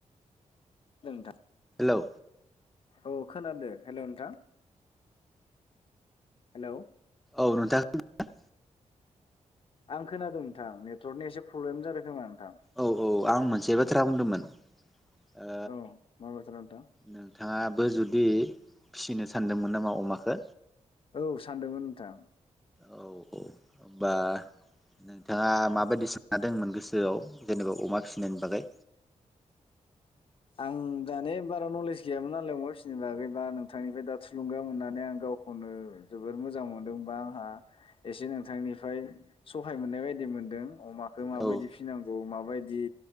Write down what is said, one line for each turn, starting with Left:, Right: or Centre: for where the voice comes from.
Left: नोंथां
Centre: हेलौ
Left: औ खोनादो हेलौ‌ नोंथां हेलौ
Centre: औ नोंथाङा <unintelligible>
Left: आं खोनादों नोंथां नेटवर्कनि एसे प्रब्लेम जादों खोमा <unintelligible>
Centre: औ औ आं मोनसे बाथ्रा बुंदोंमोन ओ
Left: औ मा बाथ्रा नोंथां
Centre: नोंथाङाबो जु बि फिसिनो सानदोंमोन नामा अमाखो?
Left: औ सानदोंमोन नोंथां।
Centre: औ औ होनबा नोंथाङा माबायदि सा दोंमोन गोसोआव जेनेबा अमा फिनायनि बागै?
Left: आं दानि बारा नलेज गैयामोन नालाय अमा फिसिनि बागै बा नोंथांनिफ्राय दा थुलुंगा मोननानै आं गावखौनो जोबोर मोजां मोनदों बा आंहा एसे नोंथांनिफ्राय सहाय मोननाय बायदि मोनदों अमा बेखौ माबायदि
Centre: औ
Left: फिनांगौ औ माबायदि